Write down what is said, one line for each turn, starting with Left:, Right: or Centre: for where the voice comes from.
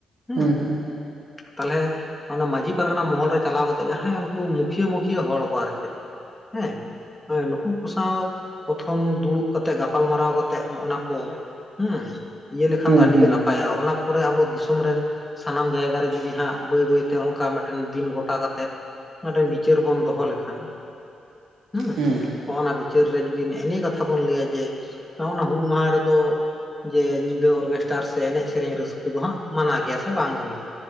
Left: ᱦᱮᱸ
Right: ᱦᱩᱸ ᱦᱩᱸ
Left: ᱛᱟᱦᱚᱞᱮ ᱚᱱᱟ ᱢᱟᱹᱡᱷᱤ ᱯᱟᱨᱜᱟᱱᱟ ᱢᱚᱦᱚᱞ ᱨᱮ ᱪᱟᱞᱟᱣ ᱠᱟᱛᱮᱜ ᱡᱟᱦᱟᱸᱭ ᱩᱱᱠᱩ ᱢᱩᱠᱷᱤᱭᱟᱹ ᱢᱩᱠᱷᱤᱭᱟᱹ ᱦᱚᱲ ᱠᱚ ᱟᱨᱠᱤ ᱦᱮᱸ ᱦᱳᱭ ᱱᱩᱠᱩ ᱠᱩᱥᱤ ᱥᱟᱶ ᱯᱨᱚᱛᱷᱚᱢ ᱫᱩᱲᱩᱵ ᱠᱟᱛᱮᱜ ᱜᱟᱯᱟᱞᱢᱟᱨᱟᱣ ᱠᱟᱛᱮᱜ ᱱᱚᱜᱼᱚ ᱱᱟ ᱠᱚ ᱦᱩᱸ ᱤᱭᱟᱹ ᱞᱮᱠᱷᱟᱱ
Right: ᱦᱩᱸ
Left: ᱫᱚ ᱟᱹᱰᱤ
Right: ᱦᱩᱸ
Left: ᱜᱮ ᱱᱟᱯᱟᱭᱚᱜᱼᱟ ᱚᱱᱟ ᱯᱚᱨᱮ ᱟᱵᱚ ᱫᱤᱥᱚᱢ ᱨᱮᱱ ᱥᱟᱱᱟᱢ ᱡᱟᱭᱜᱟ ᱨᱮ ᱡᱩᱫᱤ ᱦᱟᱸᱜ ᱵᱟᱹᱭ ᱵᱟᱹᱭ ᱛᱮ ᱚᱱᱠᱟ ᱢᱤᱫᱴᱮᱱ ᱫᱤᱱ ᱜᱚᱴᱟ ᱠᱟᱛᱮᱫ ᱢᱤᱫᱴᱮᱱ ᱵᱤᱪᱟᱹᱨ ᱵᱚᱱ ᱫᱚᱦᱚ ᱞᱮᱠᱷᱟᱱ ᱦᱮᱸ ᱱᱚᱜᱚᱱᱟ
Right: ᱦᱩᱸ
Left: ᱵᱤᱪᱟᱹᱨ ᱵᱤᱪᱟᱹᱨ ᱨᱮ ᱡᱩᱫᱤ ᱱᱮᱜᱮᱱᱤᱭᱟᱹ ᱠᱟᱛᱷᱟ ᱵᱚᱱ ᱞᱟᱹᱭᱟ ᱡᱮ ᱚᱱᱟ ᱦᱩᱞ ᱢᱟᱦᱟ ᱨᱮᱫᱚ ᱡᱮ ᱧᱤᱫᱟᱹ ᱚᱨᱠᱮᱥᱴᱟᱨ ᱥᱮ ᱮᱱᱮᱡ ᱥᱮᱨᱮᱧ ᱨᱟᱹᱥᱠᱟᱹ ᱫᱚ ᱦᱟᱸᱜ ᱢᱟᱱᱟ ᱜᱮᱭᱟ ᱥᱮ ᱵᱟᱝ ᱜᱟᱱᱚᱜᱼᱟ